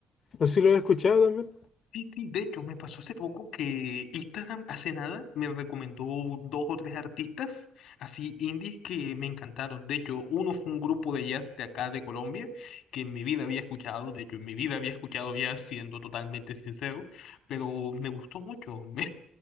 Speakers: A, on the left; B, on the left.
A: No sé si lo has escuchado también.
B: Sí, sí, de hecho, me pasó hace poco que Instagram hace nada me recomendó dos o tres artistas así indies que me encantaron. De hecho, uno fue un grupo de jazz de acá de Colombia que en mi vida había escuchado, de hecho, en mi vida había escuchado jazz siendo totalmente sincero, pero me gustó mucho. <laughs> me-